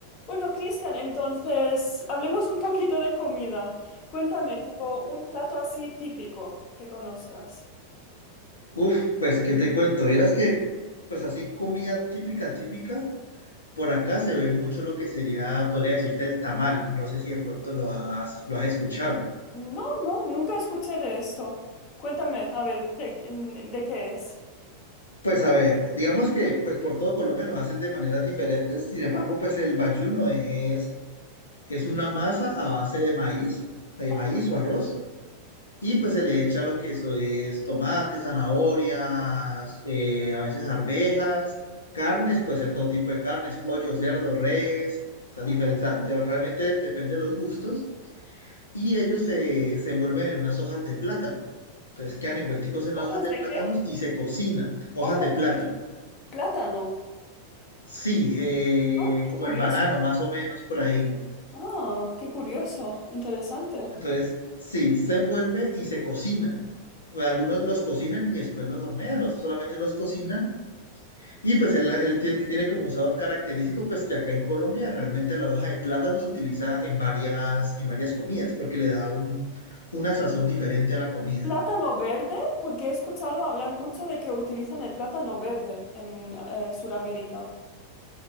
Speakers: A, on the left; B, on the left.
A: Bueno, Cristian, entonces hablemos un poquito de comida. Cuéntame, tipo, un plato así típico que conozcas.
B: Uf, pues, ¿qué te cuento? Vieras que, pues así, comida típica, típica, por acá se ve mucho lo que sería, podría decirte, el tamal. No sé si de pronto lo has, lo has escuchado.
A: No, no, nunca escuché de esto. Cuéntame, a ver, ¿de, en- de qué es?
B: Pues a ver, digamos que, pues por todo Colombia lo hacen de maneras diferentes, sin embargo, pues el bayuno es, es una masa a base de maíz, de
A: Ajá,
B: maíz o arroz, Y pues se le echa lo que eso es tomate, zanahorias, eh, a veces arvejas, carnes, puede ser todo tipo de carnes, pollo, cerdo, res, o sea,
A: ujú.
B: diferente, o sea, te- realmente depende de los gustos. Y ellos se, se envuelven en unas hojas de plátano. Entonces quedan envuelticos en
A: ¿Hojas
B: las hojas de
A: de
B: plátanos
A: qué?
B: y se cocinan. Hojas
A: ¿Hojas
B: de plátano.
A: de qué? Plátano.
B: Sí, eh,
A: Ah, qué
B: como
A: curioso.
B: el banano, más o menos por ahí.
A: Ah, qué curioso, interesante.
B: Entonces, sí, se envuelve y se cocina. Algunos los cocinan y después los hornean, otros solamente los cocinan Y pues él, él tiene, tiene como un sabor característico, pues que acá en Colombia realmente la hoja de plátano se utiliza en varias, en varias comidas, porque le da un, una sazón diferente a la comida.
A: ¿Plátano verde? Porque he escuchado hablar mucho de que utilizan el plátano verde en eh, Sudamérica.